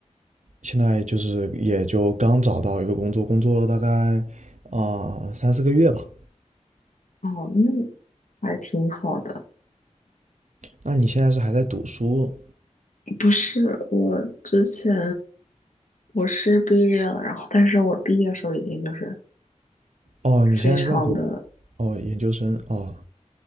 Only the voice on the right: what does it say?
现在就是也就刚找到一个工作，工作了大概啊三四个月吧。
那你现在是还在读书？
哦，你现在是在读
哦研究生哦，